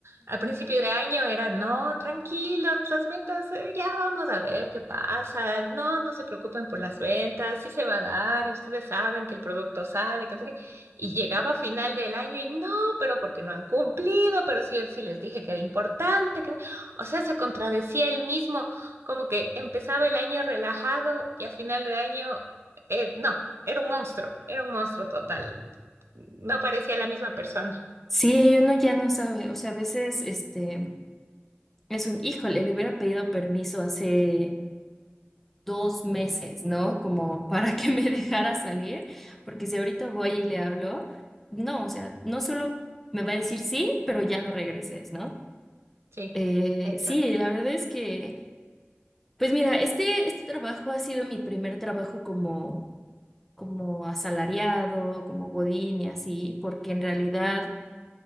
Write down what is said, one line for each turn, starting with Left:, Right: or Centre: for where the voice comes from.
Right: al principio de año era, no, tranquilos, las metas, eh, ya vamos a ver qué pasa. No, no se preocupen por las ventas, sí se va a dar y ustedes saben que el producto sale, que no sé qué. Y llegaba a final del año y no, pero porque no han cumplido, pero sí, él sí les dije que era importante, que... O sea, se contradecía él mismo como que empezaba el año relajado y a final de año, eh, no, era un monstruo, era un monstruo total. No parecía la misma persona.
Centre: Sí, uno ya no sabe, o sea, a veces este es un, híjole, le hubiera pedido permiso hace dos meses, ¿no? Como para que me <laughs> dejara salir, porque si ahorita voy y le hablo, no, o sea, no solo me va a decir sí, pero ya no regreses, ¿no?
Right: Sí,
Centre: Eh,
Right: exacto.
Centre: sí, la verdad es que, pues mira, este, este trabajo ha sido mi primer trabajo como, como asalariado, como godín y así, porque en realidad